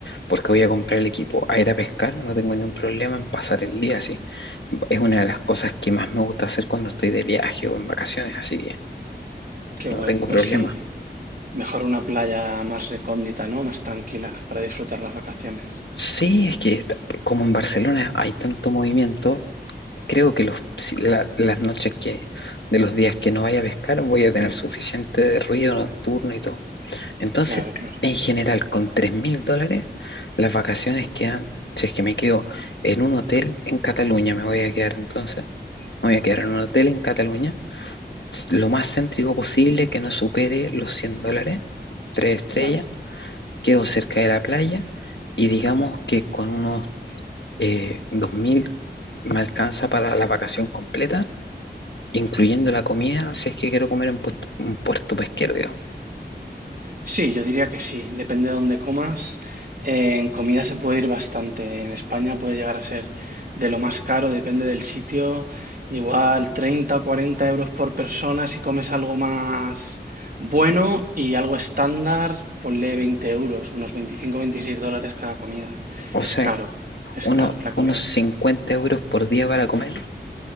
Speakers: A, on the left; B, on the right.
A: porque voy a comprar el equipo, a ir a pescar, no tengo ningún problema en pasar el día así. Es una de las cosas que más me gusta hacer cuando estoy de viaje o en vacaciones, así que
B: Qué
A: no
B: guay,
A: tengo
B: pues
A: problema.
B: sí, mejor una playa más recóndita, ¿no? Más tranquila para disfrutar las vacaciones.
A: Sí, es que como en Barcelona hay tanto movimiento, creo que los, si la- las noches que, de los días que no vaya a pescar, voy a tener suficiente de ruido nocturno y todo. Entonces,
B: Claro, claro.
A: en general, con tres mil dólares, las vacaciones quedan, si es que me quedo en un hotel en Cataluña, me voy a quedar entonces, me voy a quedar en un hotel en Cataluña, s- lo más céntrico posible, que no supere los 100 dólares, tres estrellas,
B: Vale.
A: quedo cerca de la playa y digamos que con unos eh, 2.000 me alcanza para la vacación completa incluyendo la comida, si es que quiero comer en puesto- un puerto pesquero, digamos.
B: Sí, yo diría que sí. Depende de dónde comas. Eh, en comida se puede ir bastante. En España puede llegar a ser de lo más caro, depende del sitio. Igual 30 o 40 euros por persona si comes algo más bueno y algo estándar, ponle 20 euros, unos 25, o 26 dólares cada comida.
A: O
B: Es
A: sea,
B: caro, es
A: unos,
B: caro la comida.
A: unos 50 euros por día para comer